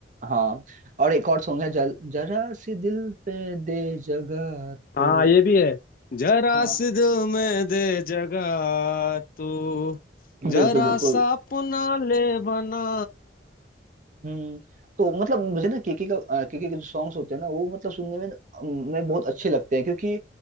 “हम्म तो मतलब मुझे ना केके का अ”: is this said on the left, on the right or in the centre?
Right